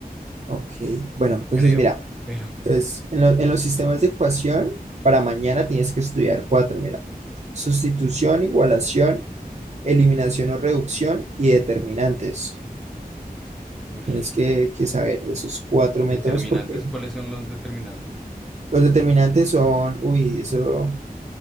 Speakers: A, on the right; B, in the centre.
A: Ok, bueno, entonces
B: Creo,
A: mira,
B: <laughs> espero.
A: entonces en, lo- en los sistemas de ecuación, para mañana tienes que estudiar cuatro, mira, sustitución, igualación, eliminación o reducción y determinantes.
B: Ush,
A: Tienes que, que saber de esos cuatro
B: determinantes,
A: métodos porque
B: ¿cuáles son los determinantes?
A: los determinantes son, uy, eso